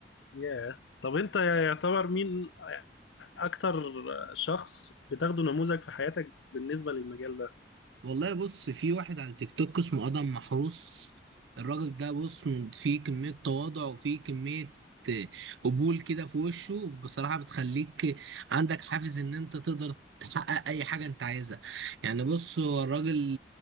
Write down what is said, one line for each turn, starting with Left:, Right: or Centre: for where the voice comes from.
Left: ياه طب انت يعتبر مين اكتر شخص بتاخده نموذج في حياتك بالنسبة للمجال ده
Right: والله بص في واحد على تيك توك اسمه ادم محروس الراجل ده بص فيه كمية تواضع وفيه كمية آه، قبول كده في وشه بصراحة بتخليك عندك حافز ان انت تقدر تحقق اي حاجة انت عايزها يعني بص هو الراجل